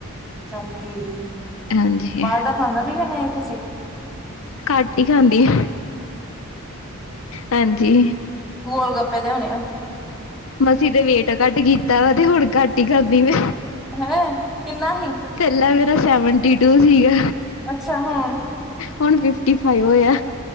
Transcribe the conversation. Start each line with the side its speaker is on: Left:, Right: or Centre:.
Centre: ਚਲ ਠੀਕ ਏ,
Left: ਹਾਂਜੀ।
Centre: ਬਾਹਰ ਦਾ ਖਾਂਦਾ ਵੀ ਕਿ ਨਹੀਂ ਤੁਸੀਂ।
Left: ਘੱਟ ਹੀ ਖਾਂਦੀ ਆ ਹਾਂਜੀ।
Centre: ਗੋਲਗੱਪੇ ਦੇ ਹੋਣੇ ਆ।
Left: ਮਸੀ ਤੇ ਵੇਟ ਘੱਟ ਕੀਤਾ ਵਾ ਤੇ ਹੁਣ ਘੱਟ ਹੀ ਖਾਂਦੀ ਮੈਂ
Centre: ਹੈਂ ਕਿਨਾ ਸੀ।
Left: ਪਹਿਲਾ ਮੇਰਾ ਸੈਵਨਟੀ ਟੂ ਸੀਗਾ।
Centre: ਅੱਛਾ ਹਾਂ।
Left: ਹੁਣ ਫਿਫਟੀ ਫਾਈਵ ਹੋਇਆ।